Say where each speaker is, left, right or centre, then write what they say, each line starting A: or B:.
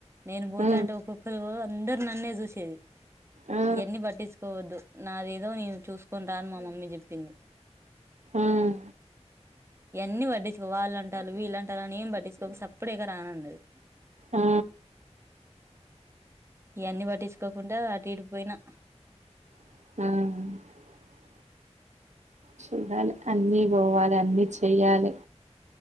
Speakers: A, on the right; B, on the right.
A: నేను పోతా
B: ఆ
A: అంటే ఒక్కొక్కరు అందరు నన్నే చూసేది
B: ఆ
A: ఇవన్నీ పట్టించుకోవద్దు నాదేదో నేను చూసుకొని రాని మా మమ్మీ చెప్పింది
B: ఉమ్
A: ఈ వన్నీ పట్టించుకో వాళ్ళుంటారు వీళ్ళుంటారు అని ఏం పట్టించకోక సప్పుడు చెయ్యక రా అన్నది
B: ఆ
A: <unintelligible> ఇవన్నిీ పట్టించుకోకుండా అటు ఇటు పోయినా
B: ఉహ్ చూడాల అన్నీ పోవాలి అన్నీ చెయ్యలే